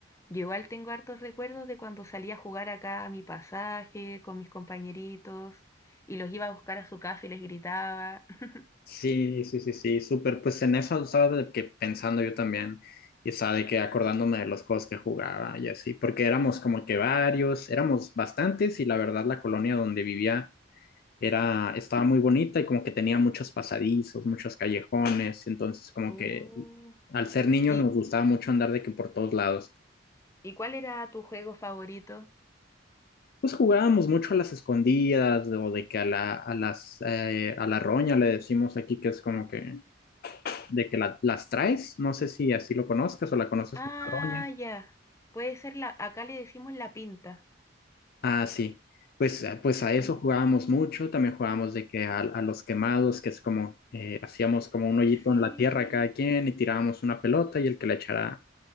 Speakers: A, on the left (about 15°); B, on the left (about 55°).
A: Yo igual tengo hartos recuerdos de cuando salía a jugar acá a mi pasaje con mis compañeritos y los iba a buscar a su casa y les gritaba. <laughs>
B: Sí, sí, sí, sí, súper. Pues en eso estaba de que pensando yo también y estaba de que acordándome de los juegos que jugaba y así, porque éramos como que varios, éramos bastantes y la verdad la colonia donde vivía era, estaba muy bonita y como que tenía muchos pasadizos, muchos callejones, entonces como
A: Uh,
B: que al ser niños
A: ¿Y,
B: nos gustaba mucho andar de que por todos lados.
A: y cuál era tu juego favorito?
B: Pues jugábamos mucho a las escondidas o de que a la, a las, eh, a la roña le decimos aquí que es como que de que la- las traes, no sé si así lo conozcas o la conoces
A: Ah,
B: por Carroña.
A: ya. Puede ser la, acá le decimos la pinta.
B: Ah, sí. Pues, eh, pues a eso
A: Sí.
B: jugábamos mucho, también jugábamos de que a, a los quemados, que es como, eh, hacíamos como un hoyito
A: Sí.
B: en la tierra a cada quien y tirábamos una pelota y el que la echara,